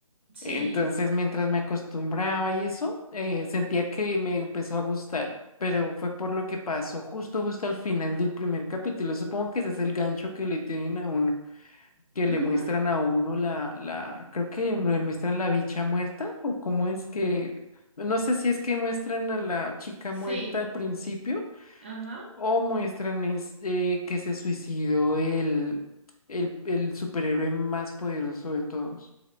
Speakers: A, on the right; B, on the left.
A: Sí,
B: Entonces, mientras me acostumbraba y eso, eh, sentía que me empezó a gustar, pero fue por lo que pasó justo, justo al final del primer capítulo. Supongo que ese es el gancho que le tienen a uno, que
A: ujú,
B: le muestran a uno la, la, creo que le muestran la bicha muerta, o cómo es que, no sé si es que muestran a la chica
A: sí,
B: muerta al principio,
A: ajá.
B: o muestran es, eh, que se suicidó el, el, el superhéroe más poderoso de todos.